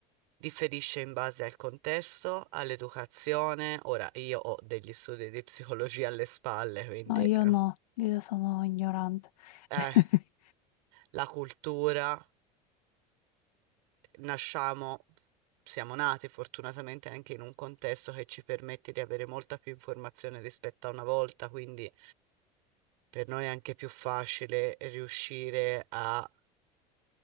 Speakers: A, on the right; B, on the left.
A: Differisce in base al contesto, all'educazione. Ora, io ho degli studi di psicologia alle spalle, quindi
B: No, io
A: eh,
B: no, io sono ignorante.
A: eh,
B: <laughs>
A: la cultura, nasciamo, siamo nati fortunatamente anche in un contesto che ci permette di avere molta più informazione rispetto a una volta, quindi per noi è anche più facile riuscire a